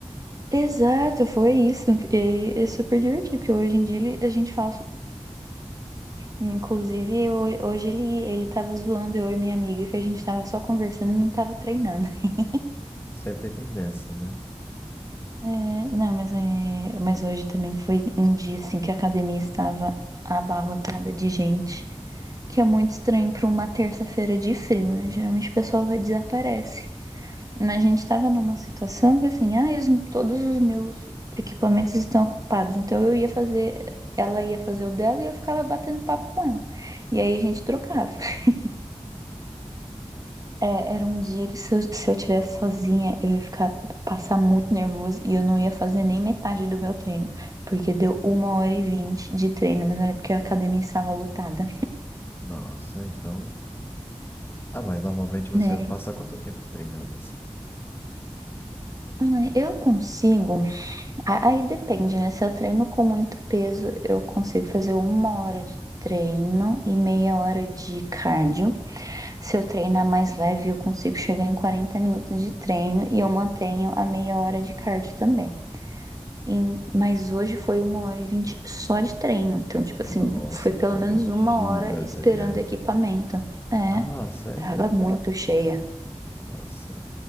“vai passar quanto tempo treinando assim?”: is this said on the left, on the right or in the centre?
Left